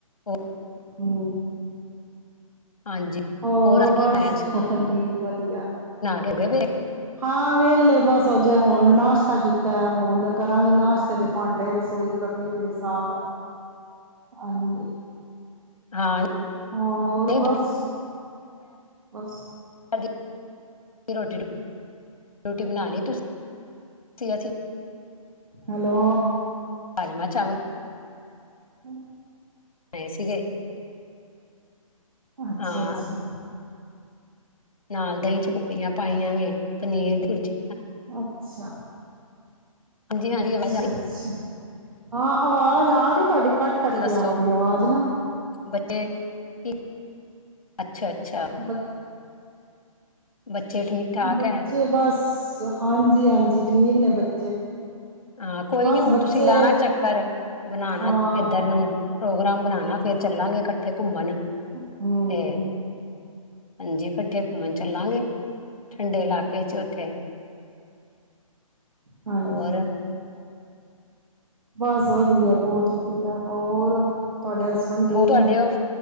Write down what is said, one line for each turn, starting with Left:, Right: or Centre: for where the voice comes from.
Left: ਉਹ
Right: ਹਮ
Left: ਹਾਂਜੀ
Right: ਹੋਰ
Left: ਅੱਜ
Right: ਬਸ
Left: ਕੀ ਬਣਾਇਆ
Right: ਠੀਕ ਵਧੀਆ
Left: ਹੋਗੇ ਜੇ
Right: ਹਾਂ ਵੇਹਲੇ ਬਸ ਅਜੇ ਹੁਣ ਨਾਸ਼ਤਾ ਕੀਤਾ ਹੁਣ ਕਰਾਂਗੀ। ਨਾਸ਼ਤੇ ਤੇ ਭਾਂਡੇ ਰਸੋਈ ਕਰਨੀ, ਅਜੇ ਸਾਫ਼ ਆ ਹਾਂਜੀ
Left: ਹਾਂ
Right: ਹੋਰ
Left: ਨਹੀਂ
Right: ਬਸ ਬਸ
Left: ਦੀ ਰੋਟੀਤੁਕ, ਰੋਟੀ ਬਣਾ ਲਈ ਤੁ ਅਸੀਂ
Right: ਹੈਲੋ
Left: ਰਾਜਮਾਂ ਚਾਵਲ
Right: ਹਮ
Left: ਆਏ ਸੀਗੇ
Right: ਅੱਛਾ
Left: ਹਾਂ
Right: ਅੱਛਾ
Left: ਨਾਲ ਦਹੀਂ ਚ ਪਕੌੜੀਆਂ ਪਾਈਆਂ ਵੇ ਪਨੀਰ ਪੁਰਜੀ
Right: ਅੱਛਾ
Left: ਹਾਂਜੀ ਹਾਂਜੀ
Right: ਅੱਛਾ
Left: ਆਵਾਜ਼ ਆ
Right: ਅੱਛਾ ਹਾਂ ਆਵਾਜ਼ ਆ ਰਹੀ ਤੁਹਾਡੀ ਕੱਟ
Left: ਰਹੀ
Right: ਕੱਟ
Left: ਦੱਸੋ
Right: ਕੇ ਆ ਰਹੀ ਆਵਾਜ਼ ਨਾ
Left: ਬੱਚੇ ਕੀ ਐਚ ਅੱਛਾ ਅੱਛਾ
Right: ਬ
Left: ਬੱਚੇ ਠੀਕ ਠਾਕ
Right: ਬੱਚੇ
Left: ਹੈ
Right: ਬਸ ਹਾਂਜੀ-ਹਾਂਜੀ, ਠੀਕ ਨੇ ਬੱਚੇ।
Left: ਹਾਂ ਕੋਈ
Right: ਬਸ
Left: ਨੀ ਹੁਣ
Right: ਬੱਚੇ
Left: ਤੁਸੀਂ ਲਾਣਾ ਚੱਕਰ, ਬਣਾਣਾ
Right: ਹਾਂ
Left: ਇੱਧਰ ਨੂੰ। ਪ੍ਰੋਗਰਾਮ ਬਨਾਨਾ ਫੇਰ ਚੱਲਾਂਗੇ ਇਕੱਠੇ ਘੁੰਮਣ।
Right: ਹਮ
Left: ਤੇ ਹਾਂਜੀ ਇਕੱਠੇ ਘੁੰਮਣ ਚੱਲਾਂਗੇ, ਠੰਡੇ ਇਲਾਕੇ ਚ ਉੱਥੇ।
Right: ਹਾਂਜੀ।
Left: ਹੋਰ
Right: ਬਸ ਵਧੀਆ, ਬਹੁਤ ਵਧੀਆ, ਹੋਰ ਤੁਹਾਡੇ ਹਸਬੈਂਡ ਠੀਕ
Left: ਹੋਰ ਤੁਹਾਡੇ
Right: ਨੇ
Left: ਉਹ